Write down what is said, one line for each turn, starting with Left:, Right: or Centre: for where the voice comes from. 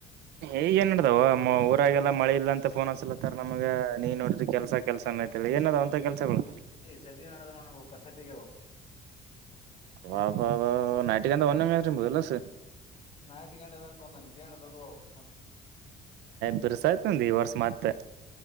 Right: ಈಗ ಏನ್ ನಡ್ದವ ಊರಾಗೆಲ್ಲ ಮಳೆ ಇಲ್ಲ ಅಂತ ಫೋನ್ ಹಸಲತ್ತಾರ ನಮ್ಗ ನೀನ್ ನೋಡಿದ್ರಿ ಕೆಲ್ಸ ಕೆಲ್ಸ ನನ್ ಆ್ತಲ್ಲ ಏನ ಅಂತ ಕೆಲಸಗಳು
Left: ಸದ ನಡದ ನವು ಕಸತಿಗೆ
Right: ಹಾಾ ನೈಟಗಂತ ಒಂದ ಬಲ್ಲಸ
Left: ನಾಟಿಗಂಡವಕ್ ಒಂದನ್ ಗೇಣು ದೊಡ್ಡವವು ಮತ್ತು
Right: ಬಿರ್ಸಾಯ್ತಂದ ಈ ವರ್ಷ ಮತ್ತೆ